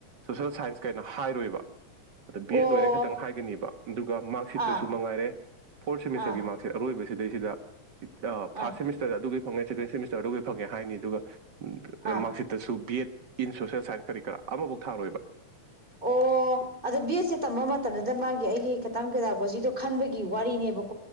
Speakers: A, on the right; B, on the right.
A: social science ꯀꯥꯏꯅ ꯍꯥꯏꯔꯣꯏꯕ ꯑꯗꯣ
B: ꯑꯣ
A: ꯕꯤ ꯑꯦꯗ ꯂꯣꯏꯔꯦ ꯈꯇꯪ ꯍꯥꯏꯒꯅꯦꯕ ꯑꯗꯨꯒ ꯃꯥꯔꯛꯁꯤꯠꯇꯁꯨ
B: ꯑꯥ
A: ꯃꯉꯥꯏꯔꯦ ꯁ‌ꯦꯃꯤꯁꯇꯔꯒꯤ
B: ꯑꯥ
A: ꯃꯥꯛꯁꯤꯠ ꯑꯃꯥ ꯂꯣꯏꯕꯁꯤꯗꯩꯁꯤꯗ ꯐꯥꯔꯁ
B: ꯑꯥ
A: ꯁꯦꯃꯤꯁꯇꯔꯗ ꯑꯗꯨꯒ ꯐꯪꯉꯦ ꯁꯦꯀꯦꯟ ꯁꯦꯃꯤꯁꯇꯔ ꯑꯗꯨꯒꯤ ꯐꯪꯉꯦ ꯍꯥꯏꯅꯤ ꯑꯗꯨꯒ
B: ꯑꯥ
A: ꯃꯁꯤꯁꯤꯠꯇꯁꯨ B Ed in social science ꯀꯔꯤ ꯀꯔꯥ ꯑꯃꯐꯧ ꯊꯥꯔꯣꯏꯕ
B: ꯑꯣ ꯑꯗꯨꯗꯣ ꯕꯤꯁꯁꯦ ꯇꯝꯕ ꯃꯇꯝꯗꯨꯗ ꯃꯥꯒꯤ ꯑꯩꯒꯤ ꯈꯤꯇꯪ ꯄꯦꯗꯥꯒꯣꯖꯤꯗꯣ ꯈꯟꯕꯒꯤ ꯋꯥꯔꯤꯅꯦꯕꯀꯣ